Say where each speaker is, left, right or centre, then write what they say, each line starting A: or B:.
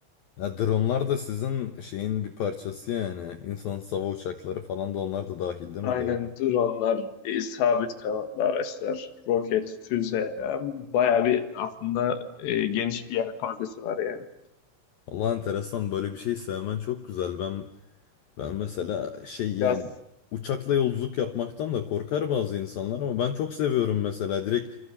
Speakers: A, on the left (about 80°); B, on the left (about 65°).
A: Ya dronlar da sizin şeyin bir parçası yani. İnsansız hava uçakları falan da onlar da dahil değil
B: Aynen
A: mi? Doğru.
B: dronlar, e, sabit kanatlı araçlar, roket, füze. Yani bayağı bir aslında e, geniş bir yelpazesi var yani.
A: Allah enteresan böyle bir şey sevmen çok güzel. Ben ben mesela şey
B: Yaz.
A: yani uçakla yolculuk yapmaktan da korkar bazı insanlar ama ben çok seviyorum mesela direkt